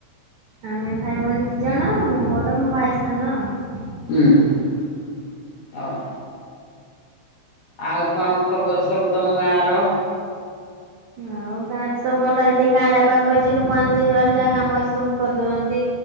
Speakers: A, on the right; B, on the left.
A: ଆମେ ଭାଇ ଭଉଣୀ ଦୁଇଜଣ ମୁଁ ବଡ଼ ମୋ ଭାଇ ସାନ ଆଉ।
B: ଉଁ ହୁଁ ଅ। ଆଉ କଣ ଖବର ସବୁ ତମ ଗାଁର?
A: ଆଉ ଗାଁ ତ ସବୁ ଭଲ ଏଇ ଟିକେ କାଁଳିଆ ପାଖ କରିଛି ଲୋକମାନେ ଯିଏ ଯୁଆଡେ ଯାହା କାମ ଅଛି ସବୁ କରିଦଉଛନ୍ତି।